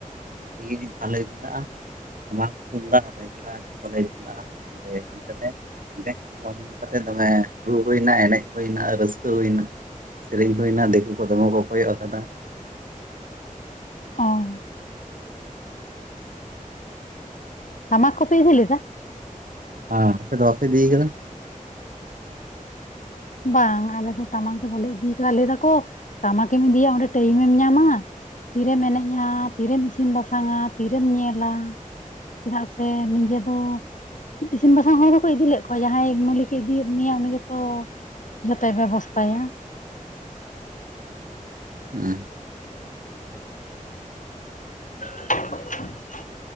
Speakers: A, on the right; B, on the left.
A: <unintelligible> <unintelligible> ᱫᱮᱡ ᱡᱚᱢ ᱧᱩ ᱠᱟᱛᱮ ᱫᱚᱢᱮ ᱨᱩ ᱦᱩᱭᱮᱱᱟ ᱮᱱᱮᱡ ᱦᱩᱭᱮᱱᱟ ᱨᱟᱹᱥᱨᱟᱹ ᱦᱩᱭᱮᱱᱟ᱾ ᱥᱮᱨᱮᱧ ᱦᱩᱭᱱᱟ ᱫᱤᱠᱩ ᱠᱚ ᱫᱚᱢᱮ ᱠᱚ ᱠᱚᱭᱚᱜ ᱟᱠᱟᱫᱟ᱾
B: ᱚᱻ ᱛᱟᱢᱟᱠ ᱠᱚᱯᱮ ᱤᱫᱤ ᱞᱮᱫᱟ?
A: ᱦ ᱟᱯᱮ ᱫᱚ ᱵᱟᱯᱮ ᱤᱫᱤ ᱟᱠᱟᱫᱟ?
B: ᱵᱟᱝ ᱟᱞᱮ ᱫᱚ ᱴᱟᱢᱟᱠ ᱫᱚ ᱵᱟᱞᱮ ᱤᱫᱤᱠᱟᱫᱟᱞᱟᱠᱚ ᱴᱟᱢᱟᱠᱮᱢ ᱤᱫᱤᱭᱟ ᱚᱸᱰᱮ ᱴᱟᱭᱤᱢᱢ ᱧᱟᱢᱟ᱾ ᱛᱤᱨᱮᱢ ᱮᱱᱮᱡᱼᱟ ᱛᱤᱨᱮᱢ ᱤᱥᱤᱱ ᱵᱟᱥᱟᱝᱼᱟ ᱛᱤᱨᱮᱢ ᱧᱮᱞᱟ᱾ ᱪᱮᱫᱟᱜ ᱥᱮ ᱱᱤᱡᱮ ᱫᱚ᱾ ᱤᱥᱤᱱ ᱵᱟᱥᱟᱝ ᱦᱚᱲ ᱦᱚᱠᱚ ᱤᱫᱤᱞᱮᱜ ᱠᱚᱣᱟ ᱡᱟᱦᱟᱸᱭ ᱢᱟᱹᱞᱤᱠᱮ ᱤᱫᱤᱭᱮᱫ ᱢᱮᱭᱟ ᱩᱱᱤ ᱜᱮᱛᱚ᱾ ᱡᱚᱛᱚᱭ ᱵᱮᱵᱚᱥᱛᱷᱟᱭᱟ᱾
A: ᱦᱮᱸ᱾
B: <unintelligible>